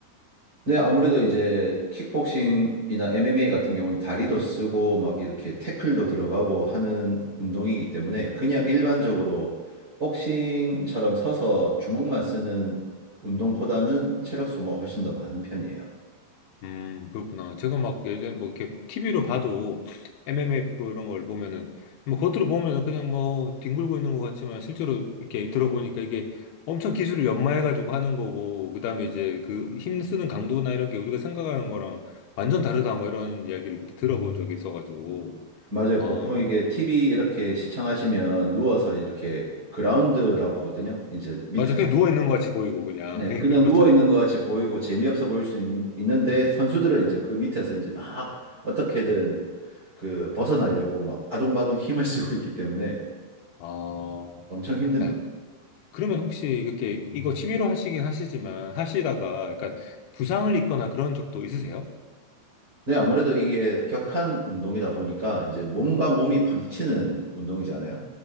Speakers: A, on the right (about 25°); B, on the left (about 70°).
A: 네, 아무래도 이제 킥복싱이나 MMA 같은 경우는 다리도 쓰고 막 이렇게 태클도 들어가고 하는 운동이기 때문에 그냥 일반적으로 복싱처럼 서서 주먹만 쓰는 운동보다는 체력 소모가 훨씬 더 많은 편이에요.
B: 음, 그렇구나. 제가 막 예전 뭐 이렇게 TV로 봐도 MMA 프로 이런 걸 보면은 뭐 겉으로 보면은 그냥 뭐 뒹굴고 있는 것 같지만 실제로 이렇게 들어보니까 이게 엄청 기술을 연마해가지고 하는 거고 그다음에 이제 그 힘쓰는 강도나 이런 게 우리가 생각하는 거랑 완전 다르다 뭐 이런 이야기를 그때 들어본 적이 있어가지고
A: 맞아요.
B: 어
A: 보통 이게 TV 이렇게 시청하시면 누워서 이렇게 그라운드라고 하거든요. 이제 밑에서.
B: 맞아 그냥 누워 있는 것 같이 보이고 그냥
A: 네,
B: <laughs> 이렇
A: 그냥
B: 그렇잖아요.
A: 누워 있는 것 같이 보이고 재미없어 보일 수 있, 는데
B: 음.
A: 선수들은 이제 그 밑에서 이제 막 어떻게든 그 벗어나려고 막 아둥바둥 힘을 <laughs> 쓰고 있기 때문에
B: 어,
A: 엄청 힘듭니다.
B: 야, 그러면 혹시 이렇게 이거 취미로 하시긴 하시지만 하시다가 약간 부상을 입거나 그런 적도 있으세요?
A: 네, 아무래도 이게 격한 운동이다 보니까 이제 몸과 몸이 부딪히는 운동이잖아요.